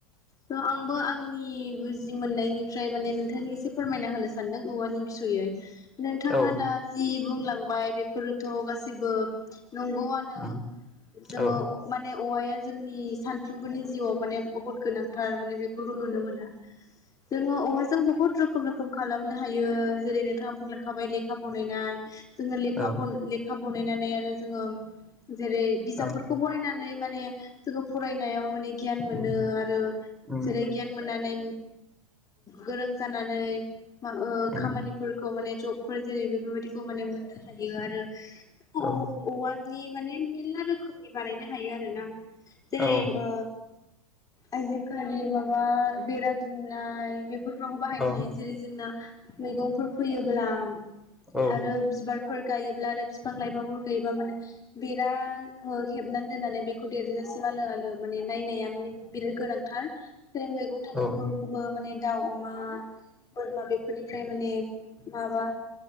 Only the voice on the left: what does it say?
त' आंबो आंनि बुजि मोननायनिफ्राय माने नों एसे फोरमायना होनो सानदों औवानि बि गैयै नोंथाङा
दा जि बुंलांबाय बेफोरोथ' गासैबो नंगौआनो
जोङो
माने औवाया जोंनि सान सुबुंनि जिउआव माने बहुत गोनांथार माने बे नुनो मोनो जोङो औवाजों बहुत रोखोम रोखोम खालाम हायो जेरै नोंथाङा बुंलां जाबाय लेखा बनायनाय जोङो लेखा
बन लेखा बनायनानै आरो जोङो जेरै बिजाबफोरखौ
फरायना नै माने जोङो फराय याव मोन नै गियान
मोनो आरो
जेरै गियान मोननानै गोरों जानानै मा ओ
खामानिफोर खौ माने जबफोर जेरै बेफोरबायदिखौ माने मोननो हायो आरो अ
औवानि माने मेलला रोखोमनि बानायनो हायो आरो ना। जेरै
ओ आजिखालि माबा बेरा दुमनाय बे फ्रावबो बाहायनो
हायो जेरै जोंना मैगंफोर फैयोब्ला
आरो बिबार फोर गायोब्ला आरो बिफां लाइफांफोर गायोबा माने बेरा हेबनानै दोननानै बेखौ देरजा सिम आलो आलो माने नायनाया माने बिराद गोनांथार। बे मैगं थाइगंफोरखौबो
माने दाउ मा बोरमा बेफोरनिफ्राय माने माबा